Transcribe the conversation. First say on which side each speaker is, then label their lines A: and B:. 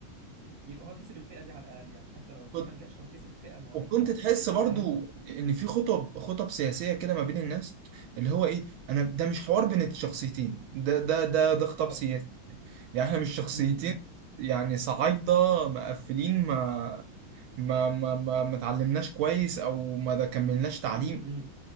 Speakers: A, on the right; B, on the right.
A: ت- يبقى هو كسب الفئه دي على الاقل يعني حتى لو الفيلم
B: كنت-
A: ما نجحش هو كسب فئه معينه
B: وكنت تحس برضو
A: فاهم
B: ان في خطب خطب سياسيه كده ما بين الناس اللي هو ايه انا ده مش حوار بين الشخصيتين ده ده ده ده خطاب
A: اه
B: سياسي يعني احنا مش شخصيتين
A: امم
B: يعني صعايدة مقفلين ما ما ما ما, ما اتعلمناش كويس او ما ده كملناش تعليم
A: امم